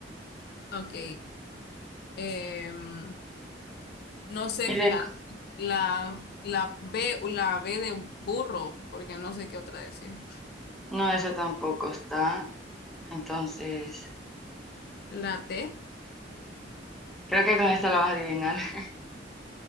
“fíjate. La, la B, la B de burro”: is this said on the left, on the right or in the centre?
Left